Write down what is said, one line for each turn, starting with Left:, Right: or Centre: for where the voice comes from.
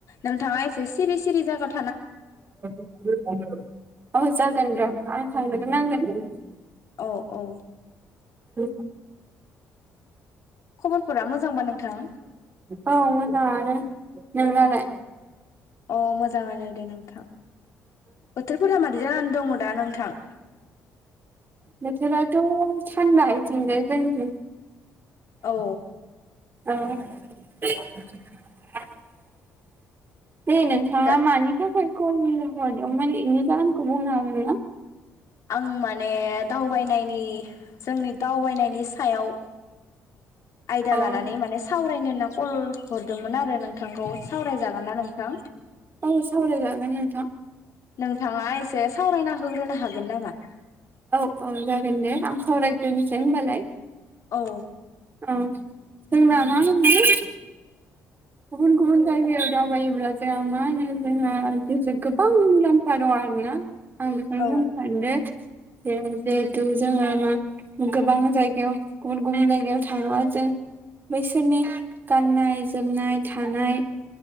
Left: नोंथाङा एसे सिरि सिरि जागा
Right: <inaudible> औ जागोन द <unintelligible>
Left: औ औ
Right: <unintelligible>
Left: खबरफोरा मोजांबा नोंथां
Right: औ मोजाङानो नोंनालाय
Left: अ मोजाङानो दे नोंथां बोथोरफोरा मादै जानानै दंअ दा नोंथां
Right: बोथोराथ थान्दा इथिंजाय जोंनिथिं
Left: औ
Right: ओ हे नोंथाङा
Left: दा
Right: मानि थाख सोरखौ नि हरदोंमोन इनो जाहोनखो बुंनो हागोनना?
Left: आं माने दावबायनायनि जोंनि दावबायनायनि सायाव आयदा
Right: औ
Left: लानानै माने सावरायनो होनना कल हरदोंमोन आरो नोंथांखौ सावरायजागोन ना नोंथां?
Right: औ सावरायगा हागोन नोंथां
Left: नोंथाङा एसे सावरायना होग्रोनो हागोन नामा?
Right: औ औ जागोन दे आं सावरायग्रोनिसै होमबालाय
Left: औ
Right: उम जोंना मा होनोमोन गुबुन गुबुन जायगायाव दावबायोब्ला जोहा मा होनो जोंहा गोबां मुलाम्फा दङ आरो ना आं बिखोनो
Left: औ
Right: बुंनो सान्दो दे जिहेतु जोङो मा गोबां जायगायाव गुबुन गुबुन जायगायाव थाङोबा जों बैसोरनि गाननाय जोमनाय थानाय